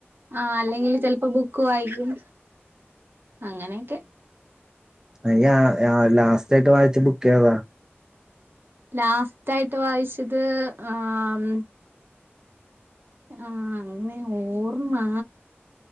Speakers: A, on the right (about 55°); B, on the right (about 15°).
A: ആ അല്ലെങ്കിൽ ചിലപ്പോ ബുക്ക് വായിക്കും അങ്ങനെയൊക്കെ.
B: ഐ അ യ ലാസ്റ്റ് ആായിട്ട് വായിച്ച ബുക്ക് ഏതാ.?
A: ലാസ്റ്റ് ആയിട്ട് വായിച്ചത് ആം ആഹ അങ്ങനെ ഓർ മാ.